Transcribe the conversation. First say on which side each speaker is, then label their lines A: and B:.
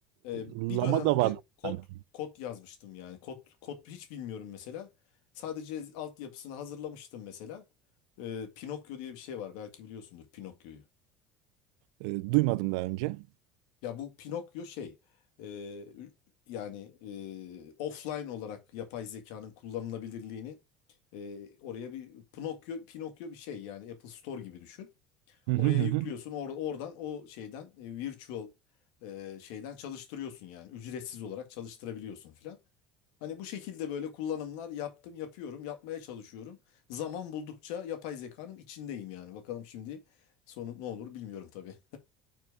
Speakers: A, on the left; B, on the right.
A: Ee,
B: Lama
A: bir dönemde
B: da var
A: kod
B: sanki.
A: kod yazmıştım yani. Kod kod hiç bilmiyorum mesela. Sadece altyapısını hazırlamıştım mesela. Ee, Pinokyo diye bir şey var. Belki biliyorsundur Pinokyo'yu.
B: E, duymadım daha önce.
A: Ya bu Pinokyo şey e, yani e, offline olarak yapay zekanın kullanılabilirliğini e, oraya bir Pinokyo Pinokyo bir şey yani Apple Store gibi düşün.
B: Hı hı
A: Oraya
B: hı.
A: yüklüyorsun
B: hı.
A: or- oradan o şeyden e, virtual e, şeyden çalıştırıyorsun yani ücretsiz olarak çalıştırabiliyorsun filan. Hani bu şekilde böyle kullanımlar yaptım, yapıyorum, yapmaya çalışıyorum. Zaman buldukça yapay zekanın içindeyim yani. Bakalım şimdi sonu ne olur bilmiyorum tabii.